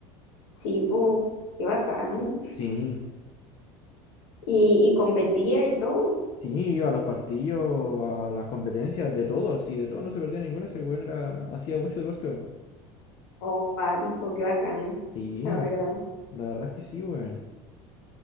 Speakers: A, on the left; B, on the left.
A: chivo, qué bacán.
B: Sí,
A: Y, y competía y todo.
B: sí, iba a los partidos, a las competencias, de todo, así, de todo, no se perdía ninguno, ese weón era, hacía mucho deporte, weón.
A: Oh, pático, qué bacán,
B: Sí,
A: la verdad.
B: la verdad es que sí, weón.